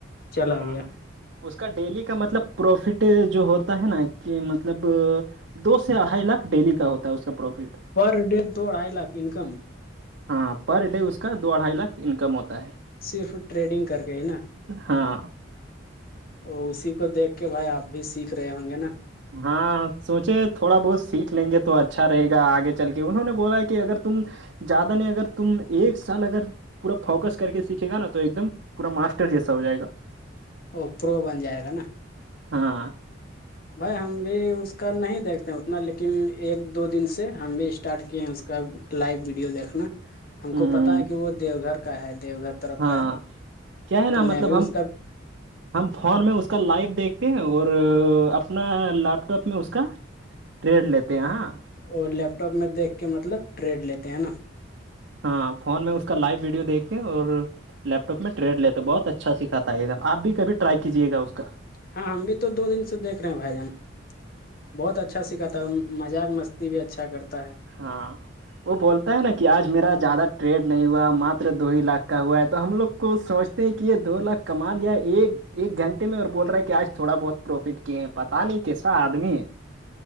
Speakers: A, on the left; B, on the right.
A: چلا
B: ہاں
A: گیا
B: اس کا ڈیلی کا مطلب پروفٹ جو ہوتا ہے نا کہ مطلب دو سے اڑھائی لاکھ ڈیلی کا ہوتا ہے اس کا پروفٹ
A: پر ڈے دوڑ آئے لاکھ انکم
B: ہاں پر ڈے اس کا دو اھائی لاکھ انکم ہوتا ہے
A: صرف ٹریڈنگ کر کے ہی نا
B: ہاں
A: ا اسی کو دیکھ کے بھائی آپ بھی سیکھ رہے ہوں گے نا
B: ہاں سوچے تھوڑا بہت سیکھ لیں گے تو اچھا رہے گا آگے چل کے انہوں نے بولا کہ اگر تم زیادہ نہیں اگر تم ایک سال اگر پورا فوکس کر کے سیکھے گا نا تو ایک دم پور ماسٹر جیسا ہو جائے گا
A: او پرو بن جائے گا نا
B: ہاں
A: بھائی ہم بھی اس کا نہیں دیکھتے اتنا لیکن ایک دو دن سے ہم بھی اسٹارٹ کیے ہیں اس کا لائیو ویڈیو دیکھنا ہم
B: ہاں
A: کو پتا ہے کہ وہ دیو گھر کا ہے دیو گھر طرف
B: ہاں
A: کا ہے
B: کیا ہے
A: تو
B: نا مطلب
A: میں بھی اس
B: ہم
A: کا
B: ہم فون میں اس کا لائو دیکھتے ہیں اور اپنا لیپ ٹاپ میں اس کا ریٹ لیتے ہیں ہاں
A: اور لیپ ٹاپ میں دیکھ کے مطلب ٹریڈ لیتے ہیں نا
B: ہاں فون میں اس کا لائیو ویڈیو دیکھ کے اور لیپ ٹاپ میں ٹریڈ لیتے بہت اچھا سکھاتا ہے ایک دم آپ بھی کبھی ٹرائی کیجیے گا اس کا
A: ہاں ہم بھی تو دو دن سے دیک رہے ہیں بھائی جان بہت اچھا سکھاتا ہے مذاق مستی بھی اچھا کرتا ہے
B: ہاں وہ بولتا ہے نا کہ آج میرا زیادہ ٹریڈ نہیں ہوا ماتر دو ہی لاکھ کا ہوا ہے تو ہم لوگ کو سمجھتے ہیں کہ یہ دو لاکھ کمال یا ایک ایک گھنٹے میں اور بول رہا ہے کہ آج تھوڑا بہت پروفٹ کیا ہیں پتا نہیں کیسا آدمی ہے